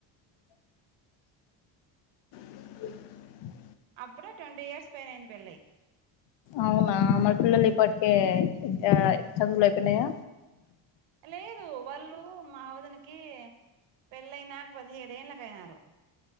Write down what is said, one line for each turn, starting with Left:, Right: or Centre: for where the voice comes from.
Left: <inaudible>
Right: అప్పుడే ట్వంటీ ఇయర్స్ పైనయింది పెళ్ళయి
Left: అవునా మరి పిల్లలు ఈపాటికే ఆ చదువులయిపోయినయా
Right: లేదు వాళ్ళు మా వదినికి పెళ్ళైనా పదిహేడు ఏళ్ళకి ఆయన్నారు.